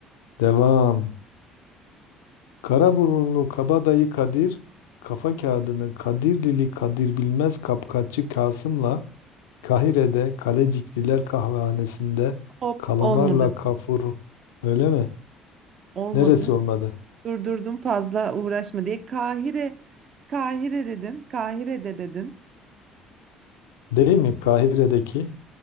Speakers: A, on the left; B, on the right.
A: Devam. Karaburunlu kabadayı Kadir, kafa kağıdını Kadirlili Kadir Bilmez Kapkaççı Kasım'la Kahire'de Kalecikliler Kahvehanesi'nde
B: Hop
A: kalamarla
B: olmadı.
A: kafur. Öyle mi?
B: Olmadı.
A: Neresi olmadı?
B: Durdurdum fazla uğraşma diye. Kahire, Kahire dedin, Kahire'de dedin.
A: Değil mi? Kahire'deki.